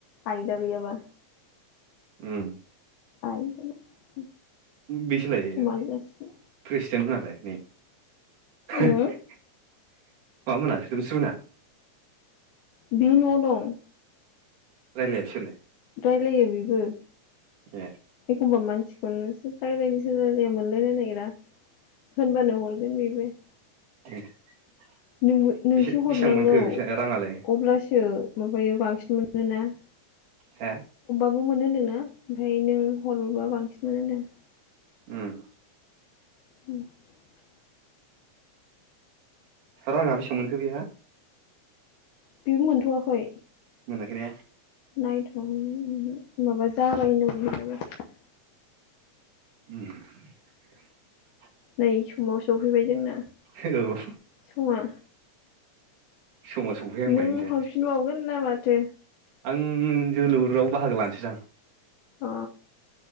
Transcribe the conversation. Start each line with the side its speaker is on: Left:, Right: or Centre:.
Left: आयदा गैयाबा
Right: उम ‌‌।
Left: <unintelligible>
Right: बेसे लायो
Left: समान जासिगोन
Right: प्रेसिडेन्टफोरालाय? नै
Left: उम
Right: <inaudible> मामोना सोदोमस्रिमोना
Left: बि न'वाव दं ‌।
Right: रायलाया बिसोरलाय
Left: रायलायो बिबो ।
Right: ए ।
Left: हौवा मानसिखौनो सों <unintelligible> मोनलायलायनो नागिरा होनबानो हरगोन बेबो ।
Right: <inaudible>
Left: नोंबो नोंसो
Right: बेसेबां
Left: हरनांगौ
Right: मोनखो बिसोर राङालाय
Left: अब्लासो माबायो बांसिन मोनोना ।
Right: हे
Left: बबो मोनो होन्दोंना ओमफ्राय नों हरबा बांसिन मोनो होनदों ।
Right: उम ।
Left: उम ।
Right: राङा बेसेबां मोनखो बेहा?
Left: बि मोनथवाखै ‌।
Right: मोनाखैने?
Left: नाइथवाखैनो ‌ माबा जाबाय ओनदोंमोन <unintelligible>
Right: उम ‌।
Left: नै समाव सफैबाय जोंना
Right: औ
Left: समा
Right: समाव सौफै आंबायनो
Left: नों
Right: दे
Left: हरफिनबावगोन ना माथो
Right: आं जोलुराव बाहागो लानोसैजां
Left: अ